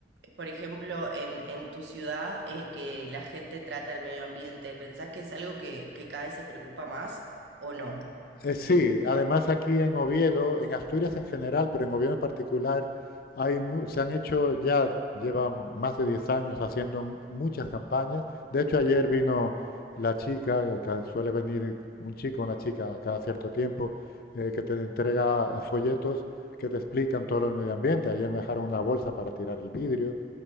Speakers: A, on the right; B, on the left.
A: por ejemplo, en, en tu ciudad, eh, que la gente trata el medio ambiente? ¿Pensás que es algo que, que cada vez se preocupa más o no?
B: Eh, sí, además aquí en Oviedo, en Asturias en general, pero en Oviedo en particular, hay mu- se han hecho ya, llevan más de 10 años haciendo m- muchas campañas. De hecho, ayer vino la chica, que suele venir un chico, una chica cada cierto tiempo, eh, que te entrega eh, folletos que te explican todo el medio ambiente. Ayer me dejaron una bolsa para tirar el vidrio.